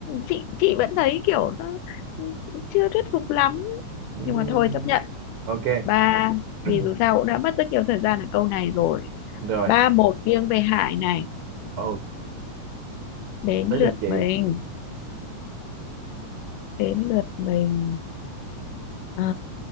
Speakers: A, on the left (about 85°); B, on the right (about 90°).
A: chị chị vẫn thấy kiểu nó chưa thuyết phục lắm
B: Ừm,
A: nhưng mà thôi chấp nhận
B: ok
A: ba vì
B: <clears throat>
A: dù sao cũng đã mất rất nhiều thời gian ở câu này rồi
B: rồi
A: ba một nghiêng về Hải này
B: ok
A: đến
B: tới
A: lượt
B: lượt chị
A: mình
B: <laughs>
A: đến lượt mình Ờ,